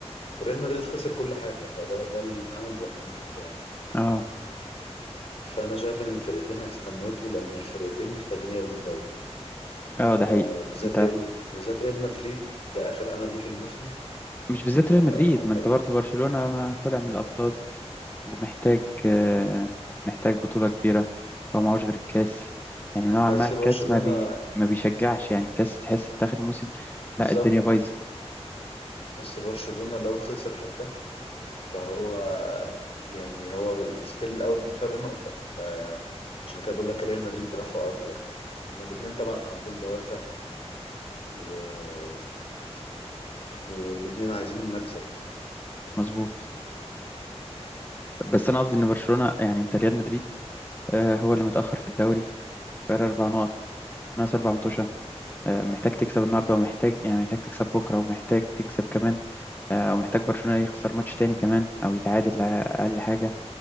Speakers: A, on the left; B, on the left.
A: وريال مدريد خسر كل حاجة فده ده الأمل الوحيد قدامه
B: اه
A: فأنا شايف إن الفرقتين هيستموتوا لأن الفرقتين محتاجين ياخدوا الدوري
B: اه ده حقيقي
A: آه بالذات
B: أنت
A: ريال بالذات ريال مدريد ده آخر أمل ليه في الموسم
B: مش بالذات ريال مدريد
A: آه،
B: ما أنت
A: هي-
B: برضه برشلونة ما طلع من الأبطال ومحتاج آه، محتاج بطولة كبيرة هو معهوش غير الكاس يعني نوعا
A: بس
B: ما الكاس
A: برشلونة
B: ما بي ما بيشجعش يعني الكاس تحس في آخر الموسم
A: بالظبط
B: لا الدنيا بايظة
A: بس برشلونة لو خسر حتى فهو يعني هو ستيل الأول بفرق نقطة ف- عشان كده بقول لك ريال مدريد دوافعه أكبر هما الاتنين طبعا عندهم دوافع و... والاتنين عايزين المكسب
B: مظبوط بس أنا قصدي إن برشلونة يعني أنت ريال مدريد آه، هو اللي متأخر في الدوري فرق أربع نقط ناقص أربع متوشة آه، محتاج تكسب النهاردة ومحتاج يعني محتاج تكسب بكرة ومحتاج تكسب كمان آه، ومحتاج برشلونة يخسر ماتش تاني كمان أو يتعادل على أقل حاجة